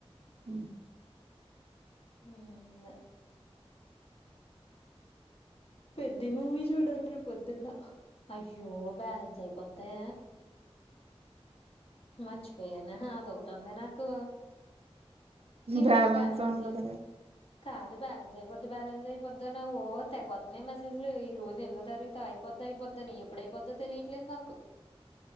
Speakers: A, on the right; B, on the left.
A: అ
B: ఉమ్ దే పెద్ది మూవీ చూడాలి రేపు పొద్దున్న అయ్యో బ్యాలెన్స్ అయిపోద్దె మర్చిపోయాను అదొకటి ఉంది నాకు ఈ
A: బ్యాలెన్స్
B: రోజు పాలెంజే
A: ఉండదులే
B: లేవ్ కాదు బ్యాలెన్స్ అయిపోద్ది బ్యాలెన్స్ అయిపోద్ో నావ్వు తెగొతున్నా మెసేజ్లు ఈరోజు ఏందో తరుగత అయిపోద్ అయిపోధ్ అయిపోద్దని ఎప్పుడైపోద్దో తెలియట్లేదు నాకు